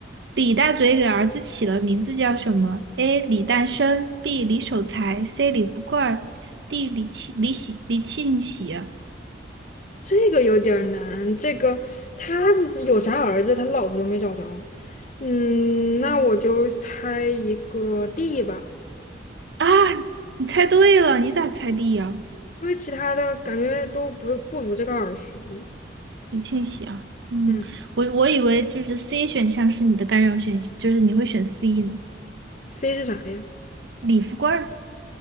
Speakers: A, on the right; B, on the left.
A: 李大嘴给儿子起了名字叫什么？A. 李诞生，B. 李守财，C. 李富贵儿，D. 李庆李喜李庆喜啊。
B: 这个有点儿难，这个他有啥儿子，他老婆都没找着。嗯，那我就猜一个 D 吧，
A: 啊，你猜对了，你咋猜 D 呀、
B: 因为其他的感觉都不不如这个耳熟。
A: 李庆喜啊，嗯，
B: 嗯
A: 我我以为就是 C 选项是你的干扰选项，就是你会选 C 呢。
B: ，C 是啥呀？
A: 李富贵儿，